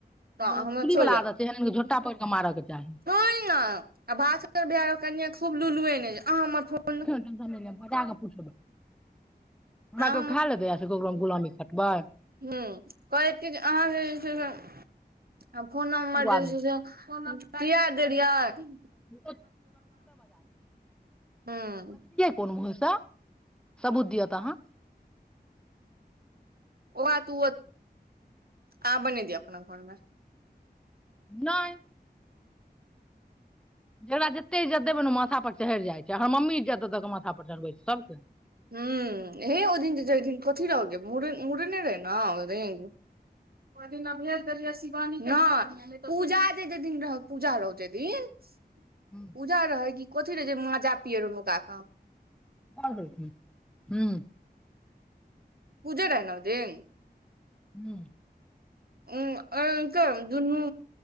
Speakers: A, on the right; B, in the centre.
A: तऽ
B: मतलब
A: हमरा
B: चुगली
A: छोड़
B: बला
A: जा
B: आदत छै एहन झोटा पकड़ि कऽ मारऽ के चाही
A: छ आ भास्कर भाइयाक कनिया खुभ लुलुए नहिहाँ हमर फोन
B: भने नइ पुछबै हमरा
A: अहाँ
B: कयो खाए लेल दैए से ककरो हम गुलामी खटबै
A: ह कहैत क जे अहाँके जे छै से फोन नम्बर
B: एगो
A: जे
B: आदमी
A: छै से या द <unintelligible> रहि
B: <unintelligible>
A: हूँ
B: कोन मूंहस सबूत दिय त अहाँ
A: ओ आ तू आ बनी तीय अपना घरमे
B: नहि जकरा जते इज्जत देबै ने ओ माथ पर चढ़ि जाइ छै हमर मम्मी इज्जत दऽ दऽ कऽ माथा पर चढ़बै छै सभके
A: हूॅं एहि दिन ओहि दिन कथी रह मुरे मुुरने रहै न ओ दीन ओइ दिना भेज देलियै शिवानी के नइ पूजा जेत दिन रह पूजा रहू जे दिन
B: हुँ
A: पूजा रहै की कथी रहै जे माँजा पिये रहनू नुका कऽ
B: आ गेलखिन हूँ
A: पूजा रहइ नहि ओदिन
B: हूंम्म
A: ओ अंत दुनू